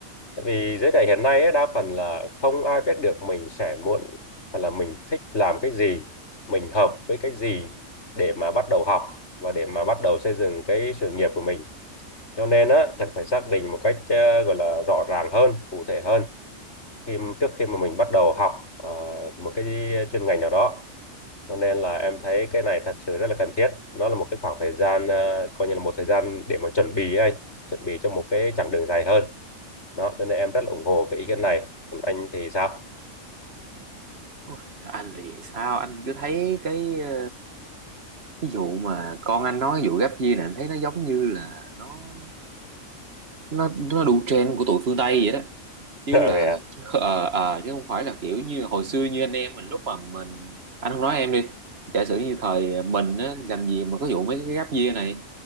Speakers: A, on the left; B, on the right.
A: Tại vì giới trẻ hiện nay ấy, đa phần là không ai biết được mình sẽ muốn hoặc là mình thích làm cái gì mình hợp với cái gì để mà bắt đầu học và để mà bắt đầu xây dựng cái sự nghiệp của mình cho nên á cần phải xác định một cách ờ, gọi là rõ ràng hơn cụ thể hơn khi trước khi mà mình bắt đầu học ờ, một cái chuyên ngành nào đó cho nên là em thấy cái này thật sự rất là cần thiết nó là một cái khoảng thời gian ờ, coi như là một thời gian để mà chuẩn bị ấy anh chuẩn bị cho một cái chặng đường dài hơn đó cho nên em rất là ủng hộ cái ý kiến này còn anh thì sao
B: Ôi, anh thì sao anh cứ thấy cái ờ, cái vụ mà con anh nói cái vụ gap year này anh thấy nó giống như là nó nó nó đủ trend của tụi phương Tây vậy đó chứ
A: <laughs>
B: là chứ, ờ, ờ, ờ, chứ không phải là kiểu như hồi xưa như anh em mình lúc mà mình anh không nói em đi giả sử như thời mình á làm gì mà có vụ mấy cái gap year này